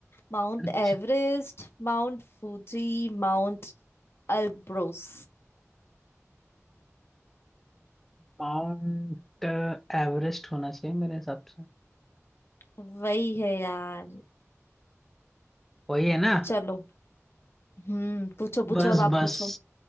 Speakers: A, on the left; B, in the centre.
A: Mount
B: <laughs>
A: Everest Mount Fuji Mount Elbrus
B: माउंट एवरेस्ट होना चाहिए मेरे हिसाब से
A: वही है यार
B: वही है ना
A: चलो हम्म पूछो पूछो
B: बस
A: अब
B: <laughs>
A: आप
B: बस
A: पूछो